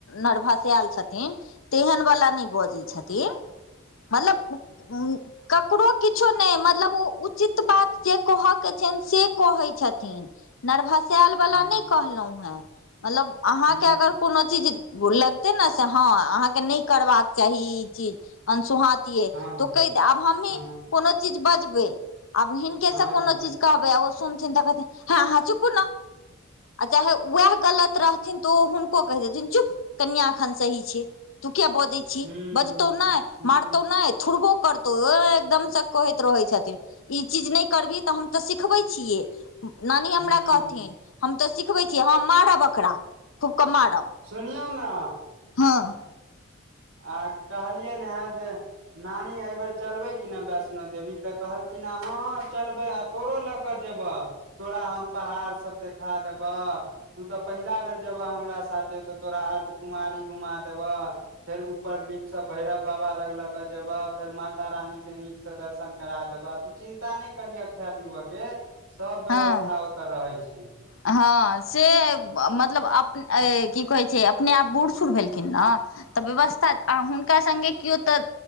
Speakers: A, on the left; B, on the right.
A: नर्भसेल छथिन तेहन वला नहि बजैत छथिन मतलब ककरो किछो नहि मतलब ओ उचित बात जे कहय के छनि से कहै छथिन नरभसायल वला
B: हूँ
A: नहि कहलहु हेँ मतलब अहाँके
B: हूँ
A: अगर कोनो चीज लगते ने से हँ अहाँके नहि करबाक चाही ई चीज अन सुहात तों
B: हँ हँ
A: कहितऽ आब हमहीं
B: हँ
A: कोनो चीज बजबै आब हिनके
B: हँ
A: सँ कोनो
B: हँ
A: चीज कहबै आ ओ सुनथिन तऽ कहथिन हाँ हाँ चुपु नऽ आ चाहे उएह गलत रहथिन तऽ ओ हुनको कहि देथिन चुप कनियाँ एखन सही छै तू किया बजै छी
B: हूँ
A: बजतौ
B: हूँ
A: नहि
B: हूँ
A: मारतौ नहि थुड़बो करतौ ओ एकदम से कहैत रहै छथिन ई चीज नहि करबिही तऽ हम तऽ सिखबै छियै नानी हमरा
B: हूँ
A: कहथिन हम तऽ सिखबै छीयै हँ मारब एकरा खूब कऽ मारब
B: सुनियौ ने
A: हँ
B: आ कहलियैन हें जे नानी एहिबेर चलबै कि ने वैष्णो देवी तऽ कहलखिन ए हँ हँ चलबै आ तोरो लऽ के कऽ जेबऽ तोरा हम पहाड़ सब देखा देबऽ तू तऽ पहिला बेर जेबऽ हमरा साथे तऽ तोरा अर्ध कुमारी घुमा देबह फेर ऊपर लीपसँ भैरव बाबा लग लऽ क जेबह फेर मातारानी के नीक से दर्शन करा देबह चिन्ता नहि करिह खाय पीबऽ के सब व्यवस्था
A: हँ
B: ओतऽ रहै छै
A: हँ से मतलब की कहैत छै अपने आब बूढ़ सूढ़ भेलखिन ने तऽ व्यवस्था आ हुनका संगे कियो तऽ